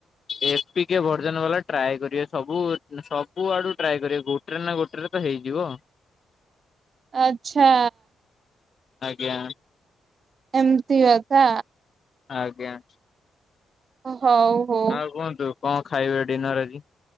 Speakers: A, on the left (about 50°); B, on the right (about 50°).
A: ଏପିକେ ଭର୍ଜନ ବାଲା ଟ୍ରାଏ କରିବେ ସବୁ ସବୁ ଆଡୁ ଟ୍ରାଏ କରିବେ ଗୋ ଗୋଟରେ ନା ଗୋଟେରେ ତ ହେଇଯିବ।
B: ଆଚ୍ଛା,
A: ଆଜ୍ଞା
B: ଏମତି କଥା।
A: ଆଜ୍ଞା।
B: ହଉ। ହଉ।
A: ଆଉ କୁହନ୍ତୁ କଣ ଖାଇବେ ଡିନର ଆଜି?